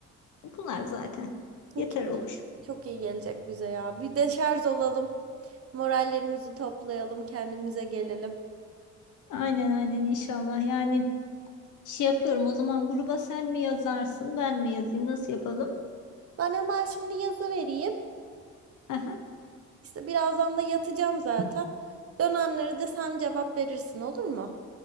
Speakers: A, on the left; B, on the right.
A: bunlar zaten
B: Çünkü
A: yeter olur.
B: Çok iyi gelecek bize ya. Bir de şarj olalım. Morallerimizi toplayalım. Kendimize gelelim.
A: Aynen aynen inşallah yani şey yapıyorum o zaman gruba sen mi yazarsın ben mi yazayım nasıl yapalım?
B: Ben hemen şimdi yazı vereyim.
A: Aha,
B: İşte birazdan da yatacağım zaten. Dönenlere de sen cevap verirsin olur mu?